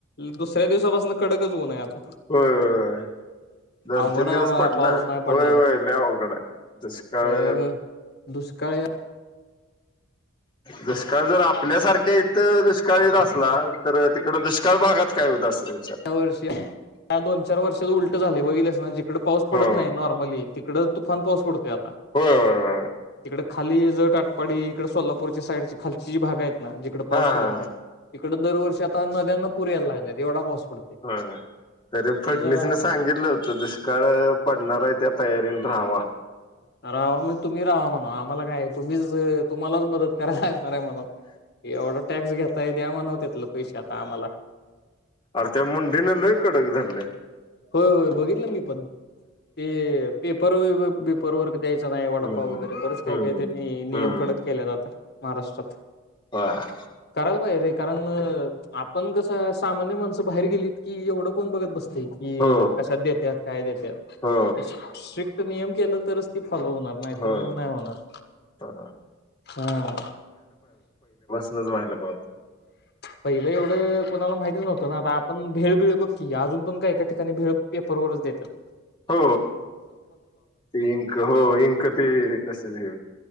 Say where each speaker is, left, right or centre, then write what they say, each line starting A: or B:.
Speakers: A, on the left; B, on the left.
A: दुसऱ्या दिवसापासन कडकच ऊन ये आता.
B: होय होय होय! दोन
A: अवघड
B: तीन
A: आहे
B: दिवस
A: बाबा
B: पडला
A: पाऊस नाही पडला
B: होय होय
A: तर.
B: लयी अवघड आहे दुष्काळ
A: तर दुष्काळ
B: दुष्काळ जर आपल्यासारख्या इथं दुष्काळीत असला तर तिकड दुष्काळ भागात काय होईत असल विचार.
A: त्या वर्षी या दोन चार वर्षात उलट झाले बघीलस ना जिकड पाऊस पडत
B: हो
A: नाही नॉर्मली तिकडच तुफान पाऊस पडतोय आता
B: होय होय होय
A: तिकड. खाली ज टाटपाडी इकड सोलापूरच्या साईडची खालची जी भाग आहेत ना जिकड पाऊस
B: हा
A: पडत
B: हा
A: नाही. तीकड दरवर्षी आता नद्यांना पुर यायला लागलेत येवढा पाऊस. पडतोय
B: होय होय तरी
A: मग
B: फडणीस
A: ते जरा
B: न सां सांगितलं होत दुष्काळ पडणार आहे त्या तयारीने राहावा.
A: राहावा म्हण तुम्ही राहावा म्हणा आम्हाला काय तुम्हीच अ तुम्हालाच मदत कराय लागणार आहे म्हनाव एवढा टॅक्स घेताय द्या म्हणावत्यातल पैसे आता आम्हाला.
B: अर त्या मुंडेने लय कडक धरलय.
A: होय, होय बघितलं मी पण ते पेपर वयी व. बरोवर द्यांयचा नाहीं
B: हम्म
A: वडापाव वगैरें बरेचं कायं
B: हम्म
A: कांहीं त्यांनी नियम
B: हम्म
A: कडक केलेत आंता महाराष्ट्रांत
B: वां
A: करांयला पाहिजे रे कारणं अं आपणं कसं सामान्य माणसं बाहेर गेलीत की एवढं कोणं बघतं बसतं की
B: हो
A: कशांत देत्यांत कायं देतांत
B: हो
A: स्ट्रिक्ट नियम केलं तरचं ते फॉलो होणारं नाहींतरं
B: हो
A: मंग नाहीं होणारं
B: हो
A: हां
B: बचंव्हायला पावते
A: पहिलं एवढं कोणांला माहितीचं नव्हतं नां आंता आपणं भेळ भिळ बघं की अजूंन पणं कायं एकां ठिकांणी भेळ पेपर वरचं देतांत
B: हो ते इंक हो इंक ते तसेच घे